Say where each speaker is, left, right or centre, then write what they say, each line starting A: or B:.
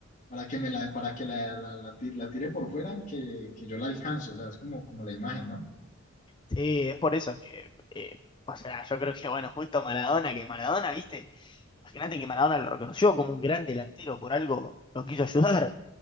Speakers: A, on the left; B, on the left.
A: para que me la, para que la, la, la, ti- la tire por fuera, que, que yo la alcanzo, o sea, es como, como la imagen, ¿no?
B: Sí, es por eso que, eh, o sea, yo creo que, bueno, justo Maradona, que Maradona, viste, imagínate que Maradona lo reconoció como un gran delantero, por algo lo quiso ayudar.